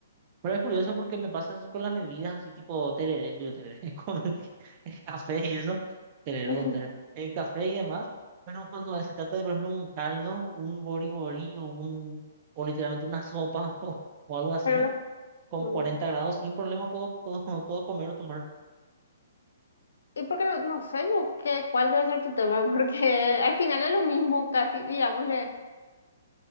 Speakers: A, on the right (about 35°); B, on the left (about 75°).
A: Pero es curioso porque me pasa eso con las bebidas, así tipo tereré, digo, tereré, <laughs> con el, el café y eso, tereré
B: <laughs>
A: con tereré, el café y demás, pero cuando se trata de, por ejemplo, un caldo, un bori-bori o un, o literalmente una sopa <laughs> o, o algo así,
B: Pero lo-
A: con
B: mm.
A: 40 grados, sin problema puedo, puedo, <laughs> puedo comer o tomar.
B: y porque no, no sé yo qué, cuál debe ser tu tema, <laughs> porque al final es lo mismo, casi, digámosle,